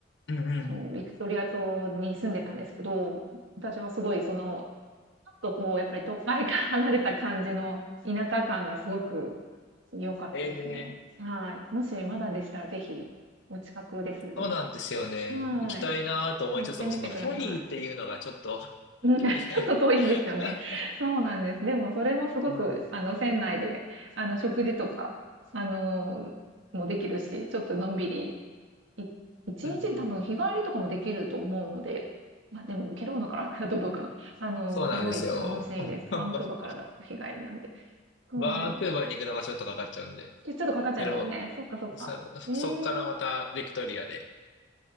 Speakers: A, on the left (about 65°); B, on the right (about 75°).
A: うんうんうんうん。
B: そう、ビクトリア島に住んでたんですけど、私はすごいそのちょっとこう、やっぱり都会から離れた感じの田舎感がすごく良かったですね。
A: ええー
B: はい。もしまだでしたらぜひ、お近くです
A: そうなんですよね。
B: は
A: 行きたいなと思いつつも、
B: い。行ってみてくださ
A: そのフェリーっていうのがちょっと <laughs>
B: い。<laughs> うん、
A: 大変。
B: ちょっと遠いんですよね。
A: <laughs>
B: そうなんです。でもそれもすごく、
A: うん、
B: あの、船内で、あの、食事とか、あの、もできるし、ちょっとのんびりい1日に多分日帰りとかもできると思うので、
A: うん、うん。
B: ま、でもケロろナから <laughs> だとどうかな。<laughs> あの、
A: そうなんですよ。
B: すごい楽しいです。
A: <laughs>
B: バンクーバーからだと日帰りなんで。そう、
A: バンクーバーに行くのがちょっとかかっちゃうんで。
B: ちょっとかかっちゃいますよね。
A: けど、
B: そっかそっか。
A: さそっからまたビクトリアで。
B: ええ、